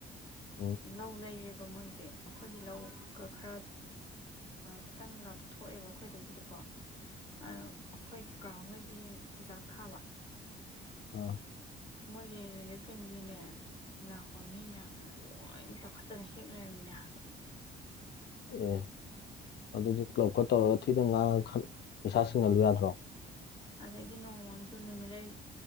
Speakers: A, on the left (about 55°); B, on the left (about 25°).
A: ꯎꯝ
B: ꯂꯧ ꯂꯩꯔꯦꯕ ꯃꯣꯏꯁꯦ ꯑꯩꯈꯣꯏꯒꯤ ꯂꯧꯒ ꯈꯔ ꯈꯤꯇꯪ ꯂꯥꯞꯊꯣꯛꯑꯦꯕ ꯑꯩꯈꯣꯏꯗꯩꯕꯨꯗꯤꯀꯣ ꯑ ꯑꯩꯈꯣꯏꯀꯥ ꯍꯣꯏꯒꯤ ꯆꯨꯖꯥꯛ ꯊꯥꯕ
A: ꯑꯣ
B: ꯃꯣꯏꯒꯤ ꯔꯤꯂꯤꯐ ꯀꯦꯝꯒꯤꯅꯦ ꯂꯥꯛꯄ ꯃꯤ ꯃꯌꯥꯝꯗꯨꯅ ꯂꯣꯏ ꯇꯛꯈꯠꯇꯅ ꯍꯦꯛ ꯂꯩꯔꯝꯃꯤꯅꯦ ꯍꯥꯏꯕ
A: ꯑꯦ ꯑꯗꯨꯗꯤ ꯀ꯭ꯂꯕꯀ ꯇꯧꯔꯒ ꯊꯤꯅ ꯉꯥꯡꯉꯒ ꯄꯩꯁꯥ ꯁꯤꯡꯍꯜꯂꯨ ꯌꯥꯗ꯭ꯔꯣ
B: ꯑꯗꯒꯤ ꯅꯣꯡꯃꯁꯨ ꯅꯨꯃꯤꯠꯂꯩ